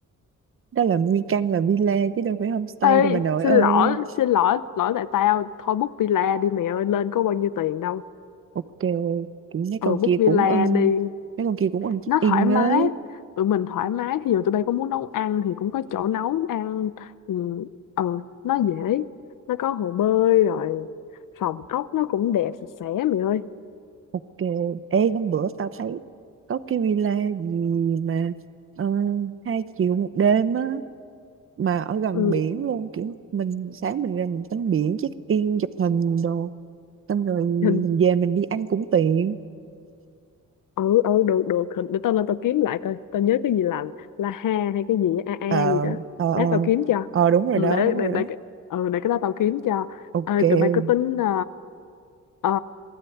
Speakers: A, on the right (about 40°); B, on the left (about 80°).
A: đó là nguyên căn là villa chứ đâu phải homestay
B: ê
A: đâu bà nội
B: xin
A: ơi
B: lỗi xin lỗi lỗi tại tao thôi book villa đi mẹ ơi lên có bao nhiêu tiền đâu
A: ok kiểu mấy
B: ừ
A: con
B: book
A: kia
B: villa
A: cũng ưng
B: đi
A: mấy con kia cũng ưng check
B: nó
A: in
B: thoải mái
A: á
B: tụi mình thoải mái thì giờ tụi bay có muốn nấu ăn thì cũng có chỗ nấu ăn ừ, ờ, nó dễ nó có hồ bơi rồi phòng ốc nó cũng đẹp sạch sẽ mày ơi
A: ok ê hôm bữa tao thấy có cái villa gì mà ờ, hai triệu một đêm á mà ở gần
B: ừ,
A: biển luôn kiểu mình sáng mình ra mình tắm biển check in chụp hình đồ xong rồi mình
B: hình
A: về mình đi ăn cũng tiện
B: ừ ừ được được hình để tao lên tao kiếm lại coi tao nhớ cái gì là la ha hay cái gì á, a
A: ờ
B: a gì đó
A: ờ ờ
B: lát tao kiếm cho
A: Ờ, đúng rồi
B: ừ,
A: đó
B: để
A: đúng
B: để
A: rồi
B: để
A: đó
B: cái- ừ, để cái đó tao kiếm cho
A: ok
B: Ê, tụi bay có tính ờ, ờ,